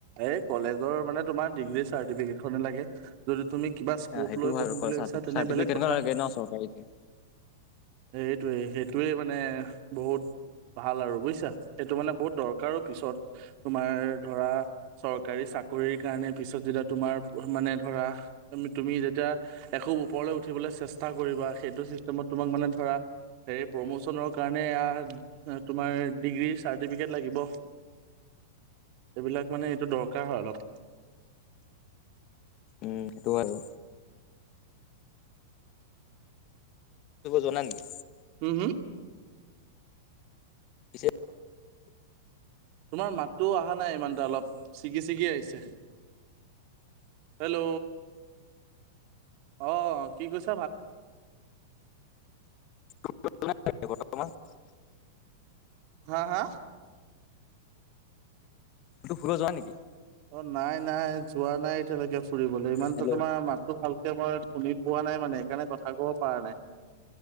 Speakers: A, on the right (about 50°); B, on the left (about 45°).
A: এই কলেজৰ মানে তোমাৰ ডিগ্ৰী চাৰ্টিফিকেট খনে লাগে যদি তুমি- কিবা স্ক'প
B: সেইটো
A: লৈ
B: হয়
A: পঢ়িম
B: আৰু
A: বুলি ভাবিছা। তেনে
B: চাৰ্টিফিকেটখন
A: বেলেগ কথা।
B: লাগে ন চৰকাৰীকে
A: সেইটোৱে মানে বহুত ভাল আৰু বুজিছা সেইটো মানে বহুত দৰকাৰো পিছত তোমাৰ ধৰা চৰকাৰী চাকৰিৰ কাৰণে পিছত যদি। যেতিয়া তোমাৰ মানে ধৰা তুমি যেতিয়া এখোজ ওপৰলৈ উঠিবলৈ চেষ্টা কৰিবা সেই- সেইটো চিষ্টেমত তোক মানে ধৰা হেৰি প্ৰমোচনৰ কাৰণে- এইয়া তোমাৰ ডিগ্ৰী - চাৰ্টিফিকেট লাগিব এইবিলাক মানে এইটো দৰকাৰ হয় অলপ।
B: উম সেইটো হয় বাৰু জানা নেকি?
A: হম হম।
B: পিছে
A: তোমাৰ মাতটো অহা নাই ভালকৈ অলপ ছিগি ছিগি আহিছে। হেল্ল' অ কি কৈছে?
B: ক <unintelligible>
A: হা হা?
B: তই ফুৰিব যোৱা নাই
A: অ নাই নাই যোৱা নাই এতিয়ালৈকে ফুৰিবলৈ ইমানতো
B: হেল্ল'
A: তোমাৰ মাততো ভালকে মই শুনি পোৱা নাই মানে সেইকাৰণে কথা ক'ব পৰা নাই।